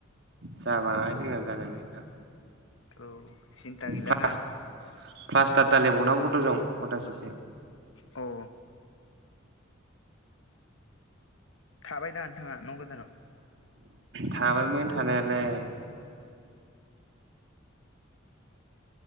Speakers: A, on the right; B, on the left.
A: जाबाय जोंना जानायालाय
B: औ सिनथा गैला
A: प्लास
B: ना
A: प्लास्टार दालायबावनांगौ दं खथासेसो
B: औ थाबाय दा नोंथाङा न' गोदानाव
A: थाबायमोन थानायालाय